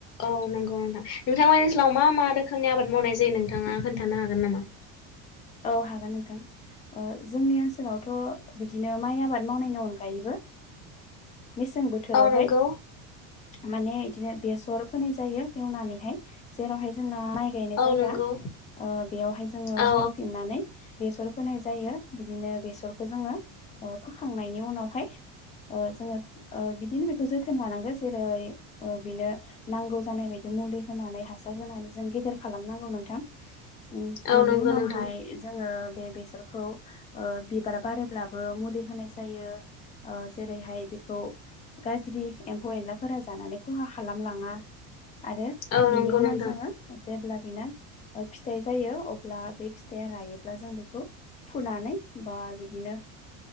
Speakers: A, on the left (about 40°); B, on the left (about 20°).
A: औ नंगौ नोंथां नोंथांमोननि ओनसोलाव मा मा रोखोमनि आबाद मावनाय जायो नोंथाङा खोन्थानो हागोन नामा?
B: औ हागोन नोंथां। ओ जोंनि ओनसोलावथ' बिदिनो माइ आबाद मावनायनि अनगायैबो मेसें बोथोरावहाय।
A: औ नंगौ
B: माने बिदिनो बेसर फोनाय जायो एवनानैहाय जेरावहाय जों न आव माइ गायनाय
A: औ
B: जायगा
A: नंगौ
B: ओ बेयावहाय जोङो।
A: औ
B: एवफिननानै बेसर फोनाय जायो बिदिनो बेसर खौ जोङो फोखांनायनि उनावहाय। जोङो बिदिनो बेखौ जोथोन लानांगौ जेरै बेनो नांगौ जानाय बायदि। मुलि होनानै हासार होनानै जों गेदेर खालामनांगौ नोंथां। उम
A: औ
B: बिनि
A: नंगौ
B: उनावहाय
A: नोंथां
B: जोङो बे बेसरखौ ओ बि बार बारोब्लाबो मुलि होनाय जायो। ओ जेरैहाय बिखौ गाज्रि एम्फौ एनलाफोरा जानानै खहा खालाम लाङा। आरो
A: औ
B: बिनि
A: नंगौ
B: उनाव
A: नोंथां
B: जोङो जेब्ला बिना फिथाइ जायो अब्ला बे फिथाइआ रायोब्ला जों बेखौ फुनानै बा बिदिनो